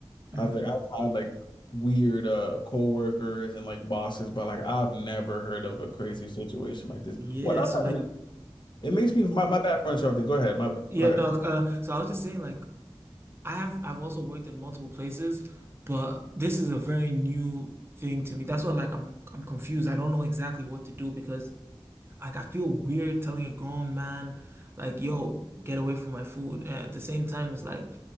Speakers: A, on the right; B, on the left.
A: Mm.
B: I've like I've had like weird uh coworkers and like bosses, but like I've never heard of a crazy situation like this.
A: Yeah,
B: What other
A: so like
B: it makes me my, my bad friend Charlie. Go ahead. My go
A: yeah,
B: ahead.
A: no, uh so I was just saying like I have I've also worked in multiple places, but this is a very new thing to me. That's why like I'm I'm confused. I don't know exactly what to do because like I feel weird telling a grown man like, "Yo, get away from my food." And at the same time it's like,